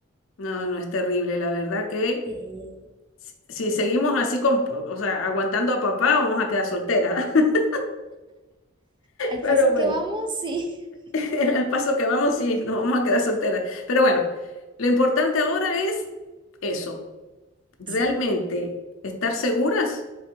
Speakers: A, on the left; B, on the right.
A: No, no es terrible, la verdad que
B: Sí.
A: si si seguimos así con, o sea, aguantando a papá, vamos a quedar solteras. <laughs>
B: Al
A: Pero
B: paso
A: bueno,
B: que vamos, sí. <laughs>
A: <laughs> al paso que vamos, sí, nos vamos a quedar solteras. Pero bueno, lo importante ahora es eso, realmente
B: Sí,
A: estar seguras